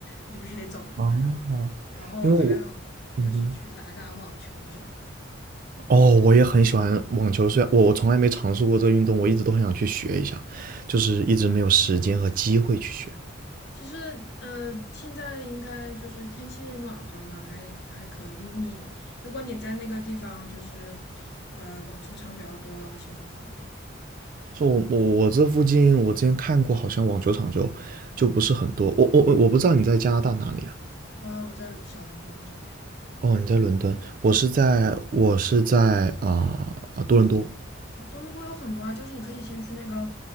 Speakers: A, on the left; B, on the right.
A: 我就必须得走了。
B: 啊！
A: 然后还有
B: 因为我，嗯哼，
A: 就是去打打网球什么的。
B: 哦，我也很喜欢网球，虽然我我从来没尝试过这个运动，我一直都很想去学一下，就是一直没有时间和机会去学。
A: 其实，呃，现在应该就是天气暖和了嘛，还还可以。你如果你在那个地方就是，呃，网球场比较多的话，其实很方便。
B: 说我我我这附近，我之前看过，好像网球场就就不是很多。我我我不知道你在加拿大哪里啊？
A: 啊，我在小伦敦这边。
B: 哦，你在伦敦，我是在我是在啊、啊多伦多。
A: 哦，多伦多有很多啊，就是你可以先去那个，